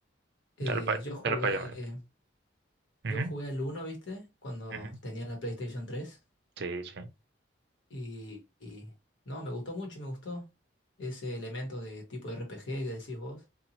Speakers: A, on the left; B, on the right.
A: Eh,
B: Dale para
A: yo jugué,
B: dale pa allá, manito. Ujú,
A: yo jugué al uno ¿viste? Cuando
B: ujú.
A: tenía la PlayStation tres
B: Sí, sí.
A: y, y no, me gustó mucho, me gustó ese elemento de tipo RPG que decís vos,